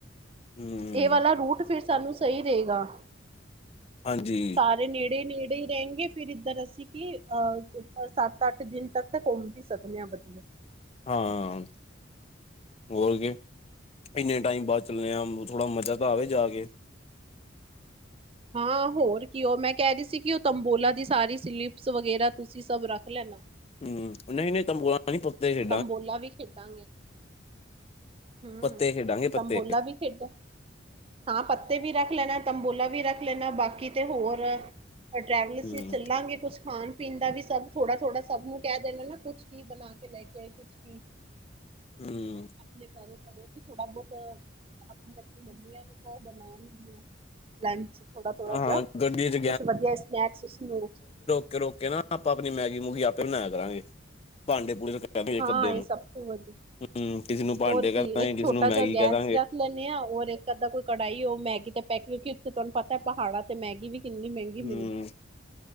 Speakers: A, on the left; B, on the right.
A: ਹਮ
B: ਏ ਵਾਲਾ ਰੂਟ ਫਿਰ ਸਾਨੂੰ ਸਈ ਰਏਗਾ।
A: ਹਾਂਜੀ।
B: ਸਾਰੇ ਨੇੜੇ- ਨੇੜੇ ਈ ਰਏਗੇ ਫਿਰ ਇੱਧਰ ਅਸੀਂ ਕਿ ਅਹ ਸੱਤ ਅੱਠ ਦਿਨ ਤੱਕ ਤਾਂ ਘੁੰਮ ਵੀ ਸਕਨੇ ਆਂ ਵਧੀਆ।
A: ਹਾਂ। ਹੋਰ ਕੀ ਇੰਨੇ ਟਾਈਮ ਬਾਅਦ ਚੱਲੇ ਆਂ ਥੋੜਾ ਮਜ਼ਾ ਤਾਂ ਆਵੇ ਜਾ ਕੇ।
B: ਹਾਂ ਹੋਰ ਕੀ ਉ ਮੈਂ ਕੈ ਰਹੀ ਸੀ ਕਿ ਉ ਤੰਬੋਲਾ ਦੀ ਸਾਰੀ ਸਲਿਪਸ ਵਗੈਰਾ ਤੁਸੀਂ ਸਭ ਰੱਖ ਲੈਨਾ।
A: ਹੂੰ ਨਈ-ਨਈ ਤੰਬੋਆਂ ਪਾਣੀ ਪ੍ਰਤੇਕ <unintelligible>
B: ਕੰਬੋਲਾ ਵੀ ਖੇਡਾਂਗੇ। ਹੂੰ
A: ਪੱਤੇ ਖੇਡਾਂਗੇ ਪੱਤੇ
B: ਤਂਬੋਲਾ ਵੀ ਖੇਡਾਂ ਹਾਂ ਪੱਤੇ ਵੀ ਰੱਖ ਲੈਨਾ, ਤੰਬੋਲਾ ਵੀ ਰੱਖ ਲੈਨਾ ਬਾਕੀ ਤੇ ਹੋਰ ਟ੍ਰੈਵਲਸ
A: ਹਮ
B: 'ਚ ਚੱਲਾਂਗੇ ਕੁਛ ਖਾਨ- ਪੀਨ ਦਾ ਵੀ ਸਭ ਥੋੜਾ -ਥੋੜਾ ਸਭ ਨੂੰ ਕੈ ਦੇਨਾ ਨਾ ਕੁਛ ਕੀ ਬਨਾ ਕੇ ਲੈ ਕੇ ਕੁਛ ਕੀ
A: ਹਮ
B: ਆਪਣੇ ਘਰੋ-ਘਰੋ ਕਿ ਥੋੜਾ ਬਹੁਤ ਆਪਨੀ -ਆਪਨੀ ਮੰਮੀਆਂ ਨੂੰ ਕੳ ਉ ਬਨਾਨਗੀਆਂ। ਲੰਚ ਥੋੜਾ-ਥੋੜਾ
A: ਹਾਂ
B: ਜਾ
A: ਗੱਡੀ ਚ
B: ਕੁਛ ਵਧੀਆ ਸਨੈਕਸ-ਸਨੂਕਸ
A: ਰੋਕੇ ਨਾ ਆਪਾਂ ਆਪਨੀ ਮੈਗੀ ਮੂਗੀ ਆਪੇ ਬਨਾਇਆ ਕਰਾਂਗੇ ਭਾਂਡੇ ਪੂੜੇ ਇਕ
B: ਹਾਂ
A: ਅੱਧੇ
B: ਇਹ
A: ਨੂੰ,
B: ਸਭ ਤੋਂ ਵਧੀਆ
A: ਹੂੰ ਕਿਸੇ ਨੂੰ ਭਾਂਡੇ
B: ਕੀ
A: ਕੈ ਦਾਂਗੇ
B: ਇੱਕ
A: ਕਿਸੇ
B: ਛੋਟਾ
A: ਨੂੰ ਮੈਗੀ
B: ਜਿਹਾ ਗੈਸ
A: ਕੈ ਦਾਂਗੇ।
B: ਰੱਖ ਮੰਨਿਆ ਹੋਰ ਇੱਕ ਅੱਧਾ ਕੋਈ ਕੜਾਈ ਉ ਮੈਗੀ ਤੇ ਪੈਕਟ ਕਿਉਂਕਿ ਉੱਥੇ ਤੁਹਾਨੂੰ ਪਤਾ ਪਹਾੜਾਂ ਤੇ ਮੈਗੀ ਵੀ ਕਿੰਨੀ ਮਹਿੰਗੀ
A: ਹੂੰ
B: ਮਿਲਦੀ ਹੈ।